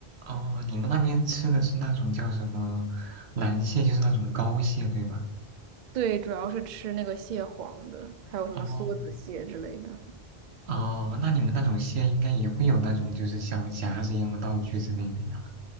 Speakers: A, on the right; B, on the right.
A: 哦，你们那边吃的是那种叫什么蓝蟹，就是那种膏蟹，对吧？
B: 对，主要是吃那个蟹黄的，还有什么梭子蟹之类的。
A: 哦，哦，那你们那种蟹应该也会有那种就是小夹子一样的道具之类的呀，